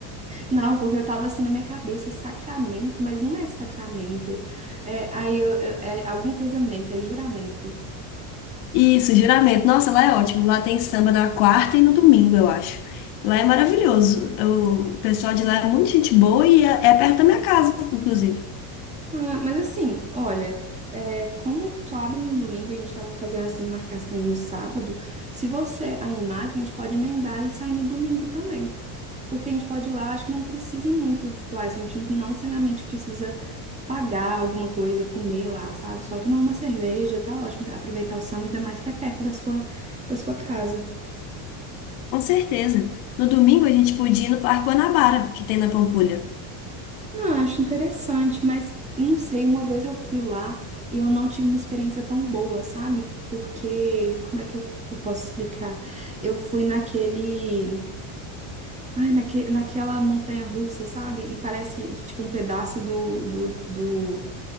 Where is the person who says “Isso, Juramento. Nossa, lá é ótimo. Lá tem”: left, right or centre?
Left